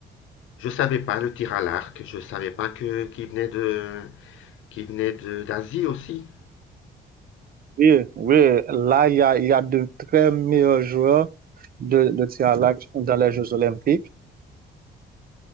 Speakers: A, on the left; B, on the right.
A: Je savais pas, le tir à l'arc, je savais pas que qu'il venait de, qu'il venait de d'Asie aussi.
B: Oui, oui, là, il y a, il y a de très meilleurs joueurs de, de tir à l'arc dans les Jeux Olympiques.